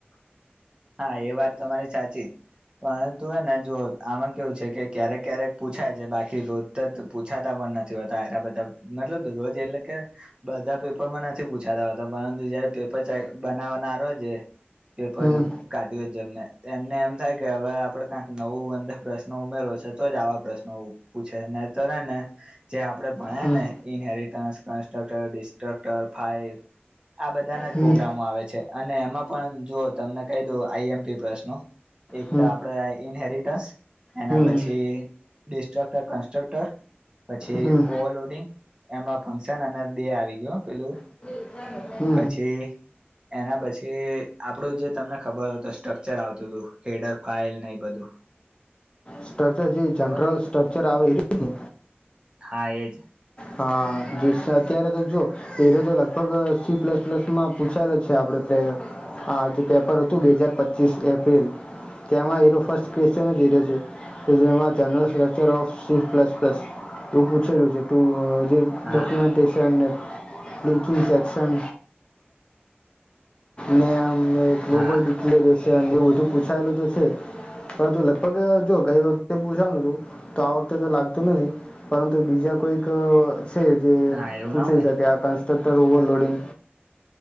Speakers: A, on the right (about 25°); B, on the left (about 25°).
A: હા એ વાત તમારી સાચી પરંતુ હને જુઓ આમાં કેવું છે કે ક્યારેક ક્યારેક, પૂછાય છે, બાકી રોજ તો પૂછાતા પણ નથી હોતા એરા બધા મતલબ રોજ એટલે કે, બધા પેપર માં નથી પૂછાતાતા પરંતુ જયારે પેપર બનાવવાનારો છે પેપર
B: હમ
A: કાઢ્યું જેમને એમને એમ થાય કે હવે આપડે કંક નવું અંદર પ્રશ્નો ઉમેરો છે તો જ આવા પ્રશ્નો. પૂછે નને તો રે ને. જે આપડે ભણ્યા
B: હમ
A: ને inheritance constructor destructor file આ બધાના જ
B: હમ
A: પ્રગ્રામો આવે છે અને એમાં પણ જો તમને કહી દઉ આઈએમપી પ્રશ્નો એક
B: હમ
A: તો આપડે ઇન્હેરિટસ એના
B: હમ હમ
A: પછી ડિસ્ટ્રક્ટર કન્સ્ટ્રક્ટર. પછી
B: હમ
A: ઓવરલોડિંગ એમાં ફંક્શન અને બે આવી ગયું પેલું
B: <inaudible>
A: પછી એના પછી આપડું જે તમને ખબર હોય તો સ્ટ્રકચર આવતું હતું હેડર ફઇલ ને એ બધું.
B: સ્ટ્રક્ચર જે જનરલ
A: ખબર
B: સ્ટ્રક્ચર આવે એરુ ને
A: હા એ જ.
B: હા અત્યારે તો જુઓ પેલો તો લગભગ સી પ્લસ પ્લસ માં પૂછાયેલ જ છે આપડે હાજ પેપર હતું બે હાજાર પચીસ એપ્રિલ, તેમાં હીરો ફર્સ્ટ ક્રિશચન હીરો છે. જેમાં જર્નલ સ્ટિક્ટરચર જે જ એ પૂછેલું છે. ટુ જે
A: હા
B: ડોક્યુમેન્ટેશન ને લિંકિંગ સેક્શન. નેમ, ગોબલ
A: હા
B: ડિક્લેર છે એવું બધું પૂછાયેલું તો છે. પરંતુ લગભગ જો ગઈ વખતે પૂછાનું છું તો આ વખતે તો લાગતું નથી. પરંતુ બીજા કોઈક છે.
A: ના એવું
B: પૂછી
A: ના હોય
B: શકે. આ ક્રક્ટર ઓવરલોડિંગ